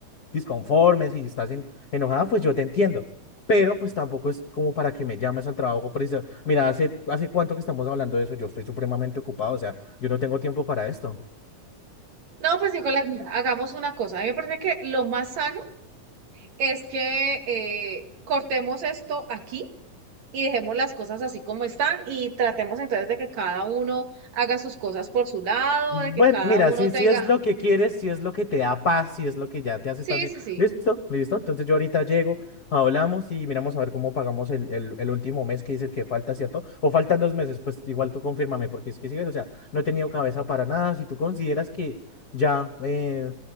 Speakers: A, on the left; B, on the right.
A: disconforme, si estás en- enojada, pues yo te entiendo. Pero pues tampoco es como para que me llames al trabajo preci- Mira, hace, hace cuánto que estamos hablando de eso, yo estoy supremamente ocupado, o sea, yo no tengo tiempo para esto.
B: No, pues Nicolás, mira, hagamos una cosa. A mí me parece que lo más sano es que eh, cortemos esto aquí y dejemos las cosas así como están y tratemos entonces de que cada uno haga sus cosas por su lado,
A: Mm,
B: de que
A: Bueno,
B: cada
A: mira,
B: uno
A: si,
B: tenga,
A: si es lo que quieres, si es lo que te da paz, si es lo que ya te hace
B: sí,
A: estar bien.
B: sí, sí,
A: Listo, listo. Entonces yo ahorita llego, hablamos y miramos a ver cómo pagamos el, el, el último mes que dices que falta, ¿cierto? O faltan dos meses, pues igual tú confírmame, porque es que sigues, o sea, no he tenido cabeza para nada. Si tú consideras que ya eh,